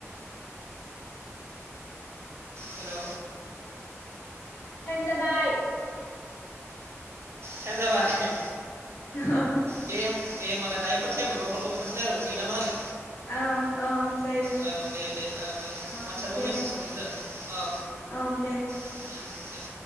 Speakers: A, on the right (about 55°); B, on the left (about 60°).
A: हेलौ
B: टाइम जाबाय
A: थाइम जाबाय
B: औ
A: दे दे होनोमालाय दाहाय टाइम मोनबार खनसे रायलायबावसो ना मा होनो
B: औ औ जायो
A: औ दे दे औ दे
B: औ
A: वाट्सएपाव
B: दे
A: मेसेज हरनो दोन औ
B: औ दे
A: उम, दे